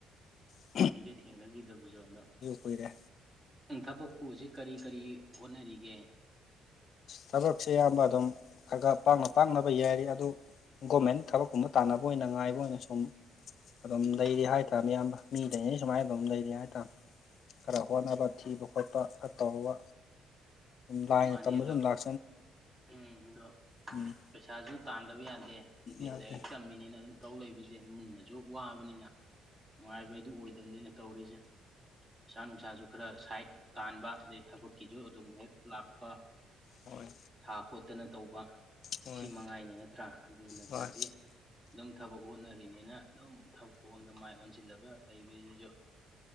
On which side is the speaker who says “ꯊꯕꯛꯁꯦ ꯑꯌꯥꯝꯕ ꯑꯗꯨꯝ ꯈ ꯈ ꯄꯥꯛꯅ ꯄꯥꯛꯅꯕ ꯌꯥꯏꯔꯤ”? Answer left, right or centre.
Left